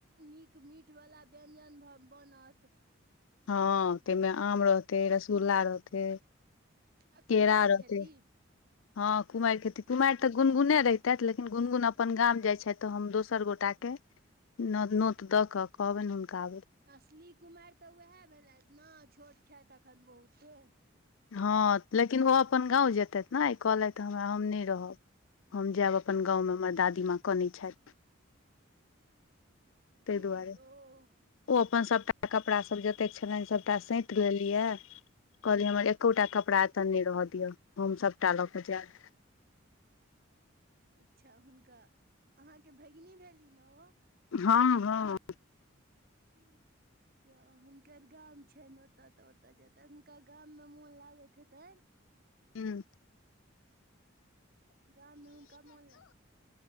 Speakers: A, on the right (about 45°); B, on the left (about 75°).
A: नीक मीठबला व्यञ्जन ब बनत।
B: हँ ताहिमें आम रहतै रसगुल्ला रहतै
A: आ
B: केरा
A: कुमारि
B: रहतै
A: खेती?
B: हँ कुमारि खेती कुमारि तऽ गुनगुने रहित। तेँ त लेकिन गुनगुन अपन गाम जाइ छथि तऽ हम दोसर गोटा कें नो नोत दऽ कऽ कहबनि हुनका आबैले
A: असली कुमारि तऽ उहेय भेलथि ने छोट छथि एखन बहुते
B: हँ लेकिन ओ अपन गाँव जेतथि ने ई कहलथि हमरा हम नहि रहब। हम जायब अपन गाँवमे हमर दादीमाँ कनै छथि तय
A: ठीक
B: दुआरे
A: ओ
B: ओ अपन सभटा कपड़ासभ जतेक छलनि सभटा सैंत लेलिय कहलियै हमर एकोटा कपड़ा एतऽ नहि रहऽ दिअ हम सभटा लऽ कऽ जायब।
A: अच्छा हुनका अहाँके भैगिनी भेली न ओ?
B: हँ हँ
A: हूँ हुनकर गाम छनि ओतय तऽ ओतय जेतनि हुनकर गाममे मोन लागैत हेतनि।
B: हूँ
A: गाममे हुनका मोन ल-